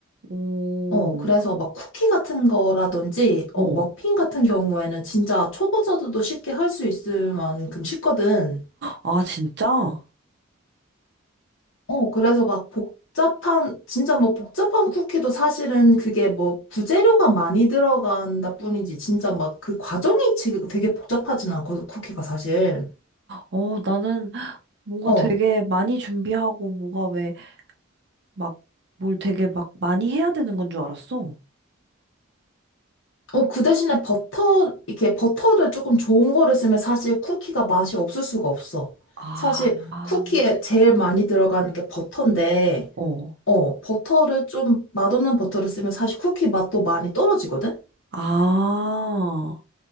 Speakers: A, on the right; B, on the left.
A: 오,
B: 어, 그래서 막 쿠키 같은 거라든지, 어,
A: 어.
B: 머핀 같은 경우에는 진짜 초보자들도 쉽게 할 수 있을 만큼 쉽거든.
A: 아, 진짜?
B: 어, 그래서 막 복잡한, 진짜 뭐 복잡한 쿠키도 사실은 그게 뭐 부재료가 많이 들어간다 뿐이지, 진짜 막 그 과정이 지금 되게 복잡하진 않거든, 쿠키가 사실.
A: 어, 나는 뭔가
B: 어.
A: 되게 많이 준비하고 뭐가 왜 막 뭘 되게 막 많이 해야 되는 건 줄 알았어.
B: 어, 그 대신에 버터, 이렇게 버터를 조금 좋은 거를 쓰면 사실 쿠키가 맛이 없을 수가 없어.
A: 아,
B: 사실
A: 아,
B: 쿠키에 제일 많이 들어가는 게 버터인데,
A: 어.
B: 어, 버터를 좀 맛없는 버터를 쓰면 사실 쿠키 맛도 많이 떨어지거든?
A: 아,